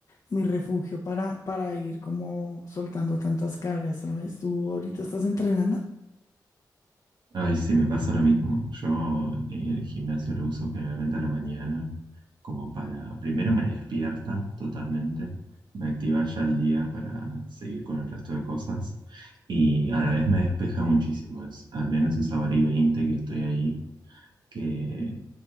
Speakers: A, on the left (about 50°); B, on the right (about 75°).
A: mi refugio para, para ir como soltando tantas cargas, ¿sabes? ¿Tú ahorita estás entrenando?
B: Ay, sí, me pasa lo mismo. Yo eh, el gimnasio lo uso generalmente a la mañana, como para, primero me despierta totalmente, me activa ya el día para seguir con el resto de cosas y a la vez me despeja muchísimo, es- al menos esa hora y veinte que estoy ahí, que